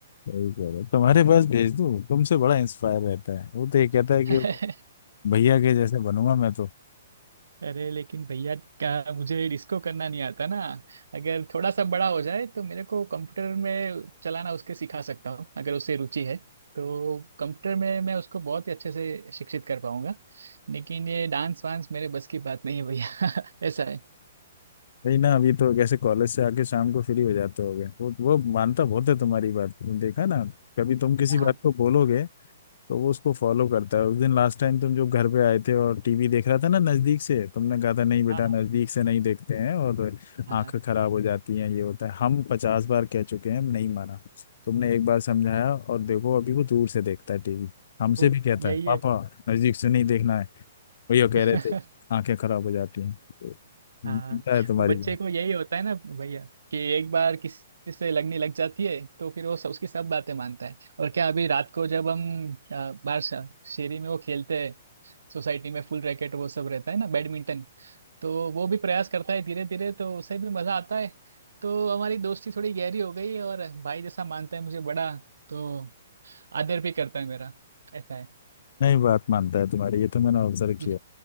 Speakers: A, on the left; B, on the right.
A: कह रहे हो। तुम्हारे पास भेज दूँ तुमसे बड़ा इंस्पायर रहता है वो तो ये कहता है कि
B: <laughs>
A: भैया के जैसे बनूंगा मैं तो
B: अरे लेकिन भैया क्या मुझे इसको करना नहीं आता ना अगर थोड़ा सा बड़ा हो जाए तो मेरे को कंप्यूटर में चलाना उसके सिखा सकता हूँ अगर उससे रुचि है तो कंप्यूटर में मैं उसको बहुत ही अच्छे से शिक्षित कर पाऊंगा लेकिन ये डांस वांस मेरे बस की बात नहीं है भैया <laughs> ऐसा है
A: वही ना अभी तो कैसे कॉलेज से आके शाम को फ्री हो जाते होगे वो वो मानता बहुत है तुम्हारी बात तुम देखा ना कभी तुम किसी
B: हाँ
A: बात को बोलोगे तो वो उसको फॉलो करता है उस दिन लास्ट टाइम तुम जो घर पे आए थे और टीवी देख रहा था ना नजदीक से तुमने कहा था नहीं बेटा
B: हाँ हाँ
A: नजदीक से नहीं देखते हैं और
B: हाँ
A: आंखें खराब हो जाती हैं ये होता है हम पचास बार कह चुके हैं हम नहीं माना तुमने एक बार समझाया और देखो अभी वो दूर से देखता है टीवी हमसे
B: वो
A: भी कहता
B: यही
A: है पापा
B: है
A: नजदीक से नहीं देखना है भैया कह
B: <laughs>
A: रहे थे आंखें खराब हो जाती हैं तो
B: हाँ
A: मानता है तुम्हारी
B: वो बच्चे
A: बात।
B: को यही होता है ना भैया कि एक बार किसी से लगने लग जाती है तो फिर वो सब, उसकी सब बातें मानता है और क्या अभी रात को जब हम अ, बाहर श- शेरी में वो खेलते हैं सोसाइटी में फुल रैकेट वो सब रहता है ना बैडमिंटन तो वो भी प्रयास करता है धीरे धीरे तो उसे भी मजा आता है तो हमारी दोस्ती थोड़ी गहरी हो गई है और भाई जैसा मानता है मुझे बड़ा तो आदर भी करता है मेरा ऐसा है <laughs>
A: नहीं बात मानता है तुम्हारी ये तो मैंने ऑब्जर्व
B: हम्म।
A: किया